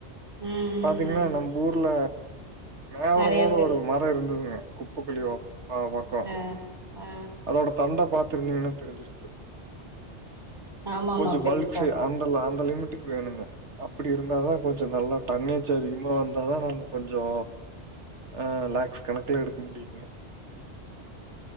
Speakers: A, on the right; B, on the right.
A: ம் ம்
B: பாத்தீங்கன்னா
A: ம்
B: நம்ப் ஊர்ல மேவரங்கோட
A: நெறைய பேர்
B: ஒரு மரம் இருந்ததுங்க குப்பக்குழி ஓ அந்த பக்கோ
A: ஆ ஆ
B: அதோட தண்ட பாத்துருந்தீங்கன்னா தெருஞ்ருக்கு
A: ஆமாமா
B: கொஞ்சோ
A: பெருசா
B: பல்க் சை அந்த அந்த லிமிட் டுக்கு வேணுங்க அப்டி இருந்தாதா கொஞ்சோ நல்லா டன்னேஜ் அதிகமா வந்தாதா நம்ம கொஞ்சோ ஆ லாக்ஸ் கணக்குல எடுக்க முடியுங்க